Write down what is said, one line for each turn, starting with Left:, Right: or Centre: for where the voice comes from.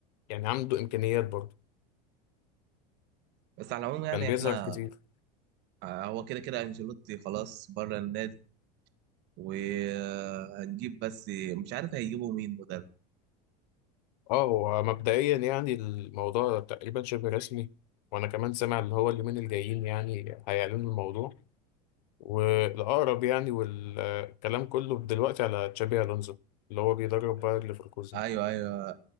Left: يعني عنده امكانيات برضه
Right: بس على العموم يعني
Left: كان بيظهر
Right: احنا
Left: كتير
Right: آه، هو كده كده انشيلوتي خلاص بره النادي وهنجيب بس مش عارف هيجيبوا مين مدرب
Left: اه هو مبدئيا يعني الموضوع تقريبا شبه رسمي وانا كمان سامع ان هو اليومين الجايين يعني هيعلنوا الموضوع والاقرب يعني والكلام كله دلوقتي على تشابي الونزو اللي هو بيدرب باير ليفركوزن
Right: ايوه ايوه